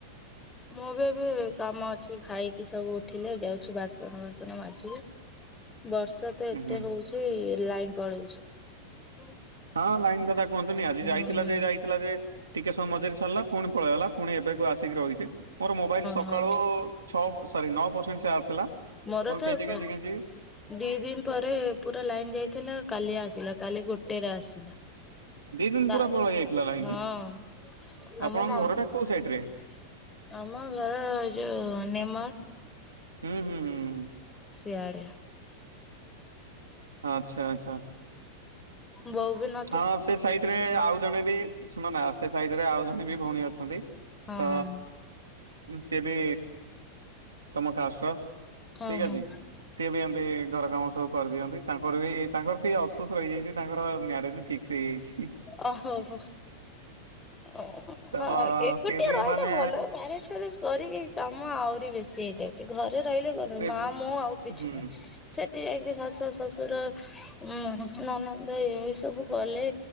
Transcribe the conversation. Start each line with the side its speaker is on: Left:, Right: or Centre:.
Left: ମୁଁ ବି ଏବେ କାମ ଅଛି ଖାଇକି ସବୁ ଉଠିଲେ ଯାଉଛି ବାସନ ବାସନ ମାଜିବି। ବର୍ଷା ତ ଏତେ
Right: ହୁଁ। ହୁଁ
Left: ହଉଛି ଲାଇନ ପଳେଇଛି।
Right: ହଁ ଲାଇନ୍ କଥା କୁହନ୍ତୁନି ଆଜି ଯାଇଥିଲା
Left: ହଁ
Right: ଯେ ଯାଇ ଥିଲା ଯେ ଟିକେ ସମ ମଝିରେ ରହିଲା ପୁଣି ପଳେଇଗଲା ପୁଣି ଏବେକୁ ଆସିକି ରହିଛି। ମୋର ମୋବାଇଲ ସକାଳୁ
Left: ହଁ
Right: ଛ ସରି ନଅ ପରସେଣ୍ଟ ଚାର୍ଜ ଥିଲା।
Left: ମୋର
Right: ମୁଁ
Left: ତ
Right: କେଞ୍ଚି
Left: ବା
Right: କେଞ୍ଚି କେଞ୍ଚି
Left: ଦି ଦିନ ପରେ ପୁରା ଲାଇନ ଯାଇଥିଲା କାଲି ଆସିଲା କାଲି ଗୋଟେରେ ଆସିଲା। ନାଁ
Right: ଦି ଦିନ ପୁରା ପଳେଇ ଯାଇଥିଲା
Left: ହଁ
Right: ଲାଇନ
Left: ଆମ
Right: ଆପଣଙ୍କ ଘରଟା
Left: ମାମ
Right: କୋଉ ସାଇଡ ରେ?
Left: ଆମ ଘର ଯୋଉ ନେମର
Right: ହୁଁ ହୁଁ ହୁଁ ହୁଁ।
Left: ସିଆଡେ
Right: ଆଚ୍ଛା ଆଚ୍ଛା।
Left: ବୋଉ ବି ନ
Right: ହଁ ସେ ସାଇଟରେ ଆଉ ଜଣେ ବି ସେମାନେ ଆସ୍ତେ ସାଇଡରେ ଆଉ ଜଣେ ବି ଭଉଣୀ ଅଛନ୍ତି
Left: ହଁ
Right: ତ
Left: ହଁ
Right: ସେ ବି ତମ କାଷ୍ଟର
Left: ହଁ
Right: ଠିକ
Left: ହଁ।
Right: ଅଛି। ସିଏ ବି ଏମିତି ଘର କାମ ସବୁ କରିଦିଅନ୍ତି ତାଙ୍କର ବି ତାଙ୍କର ଟିକେ ଅଫସୋସ ରହିଯାଇଛି ତାଙ୍କର ମ୍ୟାରେଜ ଫିକ୍ସ ହେଇଯାଇଛି।
Left: ଓ ହୋ ହୋ। ଓ
Right: ତ
Left: ହ ଏକୁଟିଆ
Right: ସିଏ ବି
Left: ରହିଲେ
Right: ମାନେ
Left: ଭଲ ମ୍ୟାରେଜ ଫ୍ୟାରେଜ୍ କରିକି କାମ ଆହୁରି ବେଶୀ ହେଇଯାଉଛି ଘରେ ରହିଲେ କଣ
Right: ସେ
Left: ମା ମୁଁ ଆଉ କିଛି
Right: ହୁଁ
Left: ନୁହଁ। ସେଥିଯାଇଁକି ଶାଶୁ ଶଶୁର ଉଁ ନନନ୍ଦ ଏ ଏ ସବୁ କଲେ।